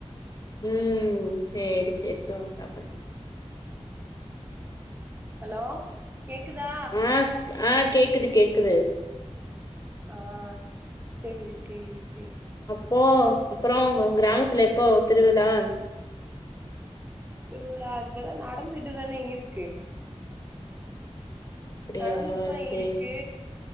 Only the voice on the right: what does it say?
ஹலோ கேக்குதா
ஆஹ் செரி செரி தேது
திருவிழா இப்பதா நடந்துட்டுதானே இருக்கு
நடந்துட்டுதா
இருக்கு